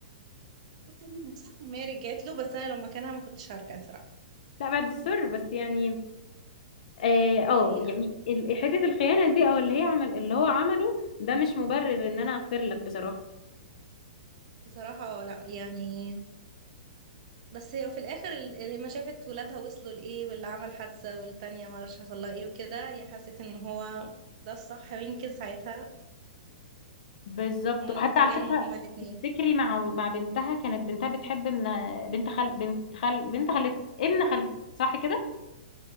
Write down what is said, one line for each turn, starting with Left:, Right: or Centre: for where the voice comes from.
Right: بصي انا مش عارفه ما هي رجعت له بس انا لو مكانها ما كنتش هرجع صراحه
Left: لا بعد السر بس يعني اه آه،
Right: يعني
Left: يعني ال- حته الخيانه دي او اللي هي عمل اللي هو عمله ده مش مبرر ان انا اغفر لك بصراحه
Right: بصراحه لا يعني بس هي في الاخر ال- لما شافت ولادها وصلوا لايه واللي عمل حادثه والتانيه ما اعرفش حصل لها ايه وكده هي حست ان هو ده الصح ويمكن ساعتها
Left: بالظبط
Right: هما
Left: وحتى
Right: محتاجينهم
Left: على فكره
Right: هما الاثنين
Left: تفتكري مع مع بنتها كانت بنتها بتحب ان بنت خال بنت خال بنت خالت ابن خالت صح كده